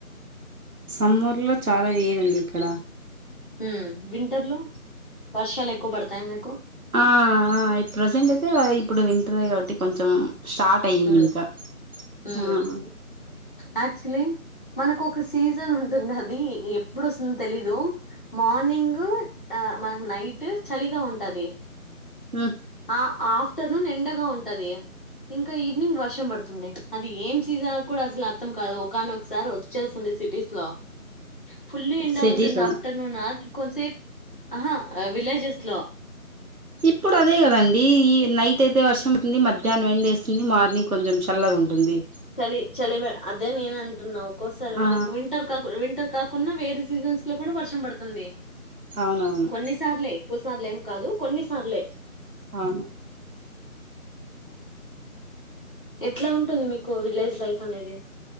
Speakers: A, on the right (about 70°); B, on the left (about 35°).
A: సమ్మర్ లో చాలా వేరండి ఇక్కడ
B: ఉమ్ వింటర్ లో వర్షాలు ఎక్కువ పడతాయి మీకు
A: ఆ ఆ ప్రజెంట్ అయితే ఇప్పుడు కాట్టి కొంచ స్టర్ట్ అయింది
B: హ్మ్
A: ఇంక
B: హ్మ్
A: ఉమ్
B: యాక్చువలీ మనకు ఒక సీజన్ ఉంటుంది అది ఎప్పుడు వస్తుందో తెలీదు మార్నింగు ఆ మనకు నైట్ చలిగా ఉంటది
A: ఆ
B: ఆ ఆఫ్టర్నూన్ ఎండగా ఉంటది ఇంక ఈవినింగ్ వర్షం పడుతుం అది ఏం సీజన్ కూడా అసలు అర్థం కాదు ఒకనోకసారి వచ్చేస్తుంది సిటీస్ లో ఫుల్ ఎండడా
A: సిటీస్
B: ఉంటుంది
A: లో
B: ఆఫ్టర్నూన్ అది కొసేపు ఆహా విలేజెస్ లో
A: ఇప్పుడు అదే కదండి ఈ నైట్ అయితే వర్షం అతుంది మధ్యాహ్నం వెం వేస్తుంది మార్నింగ్ కొంచెం చల్ల ఉంటుంది
B: చలి చలి అదే నేను అంటున్నా ఒక్కోసారి
A: ఆ
B: మనకు వింటర్ కాకుండా వింటర్ కాకుండా వేరే సీజన్స్ లో కూడా వర్షం పడుతుంది
A: అవునవును
B: కొన్నిసార్లే ఎక్కువ సార్లు ఏం కాదు కొన్నిసార్లే
A: ఆ
B: ఎట్లా ఉంటుంది మీకు విలేజ్ లైఫ్ అనేది